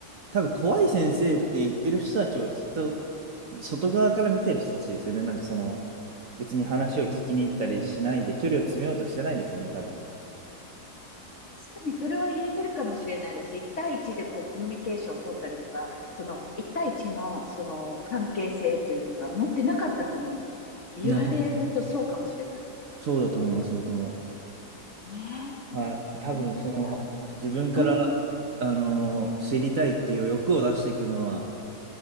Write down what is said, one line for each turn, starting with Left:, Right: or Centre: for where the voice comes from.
Right: 多分怖い先生って言ってる人たちはきっと、外側から見てる人たちですよね。なんかその、別に話を聞きに行ったりしないで、距離を詰めようとしてないですよね、多分。
Left: 確かにそれは言えてるかもしれないです。一対一でこうコミュニケーションを取ったりとか、その一対一のその関係性というか、持ってなかったと思う。言われるとそうかもしれない。
Right: いや、ほん、そうだと思います、僕も。
Left: ね
Right: はい。多分その、
Left: え。いや、
Right: 自分から、
Left: うんうん。
Right: あのー知りたいっていう欲を出していくのは、